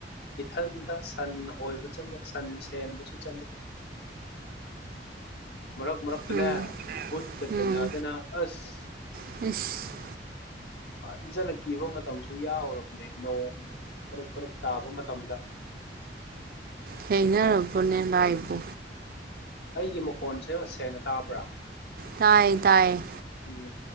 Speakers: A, on the left; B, on the right.
A: ꯏꯊꯟꯇꯥ ꯁꯟ ꯍꯣꯏꯕ ꯆꯠꯂꯦ ꯁꯟ ꯁꯦꯟꯕꯁꯨ ꯆꯠꯂꯦ ꯃꯔꯛ ꯃꯔꯛꯇꯅꯦ
B: ꯎꯝ
A: ꯕꯨꯠꯀ ꯊꯦꯡꯅꯗꯅ
B: ꯎꯝ
A: ꯑꯁ
B: ꯏꯁ
A: ꯐꯖꯅ ꯀꯤꯕ ꯃꯇꯝꯁꯨ ꯌꯥꯎꯔꯕꯅꯦ ꯅꯣꯡ ꯄꯔꯛ ꯄꯔꯛ ꯇꯥꯕ ꯃꯇꯝꯗ
B: ꯊꯦꯡꯅꯔꯕꯅꯦ ꯂꯥꯏꯕꯨ
A: ꯑꯩꯒꯤ ꯃꯈꯣꯟꯁꯦ ꯁꯦꯡꯅ ꯇꯥꯕ꯭ꯔꯥ
B: ꯇꯥꯏ ꯇꯥꯏ
A: ꯎꯝ